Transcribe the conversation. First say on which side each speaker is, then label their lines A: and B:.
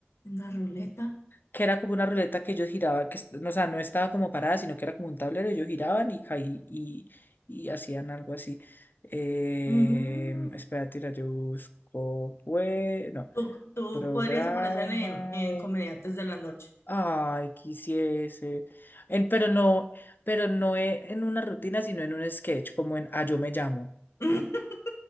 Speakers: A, on the left (about 80°); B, on the left (about 50°).
A: Una ruleta.
B: que era como una ruleta que ellos giraban, que, es- no, o sea, no estaba como parada, sino que era como un tablero, ellos giraban y caí y, y hacían algo así. Eh,
A: Ujú.
B: espera, tira, yo busco, pues, no.
A: Tú, tú
B: Programa
A: podrías aparecer en, en Comediantes de la Noche.
B: Ay, quisiese. En- pero no, pero no e- en una rutina, sino en un sketch, como en Ah, yo me llamo.
A: <laughs>